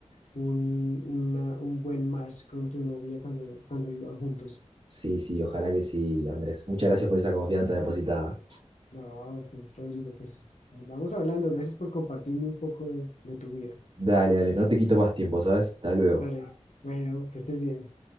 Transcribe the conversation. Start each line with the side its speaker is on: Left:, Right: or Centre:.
Left: un, una- un buen match con tu novia cuando, cuando vivan juntos.
Right: Sí, sí, ojalá que sí, Andrés. Muchas gracias por esa confianza depositada.
Left: No, pues Rodrigo, pues vamos hablando, gracias por compartirme un poco de, de tu vida.
Right: Dale, dale, no te quito más tiempo, ¿sabes? Hasta luego.
Left: Dale, bueno, que estés bien.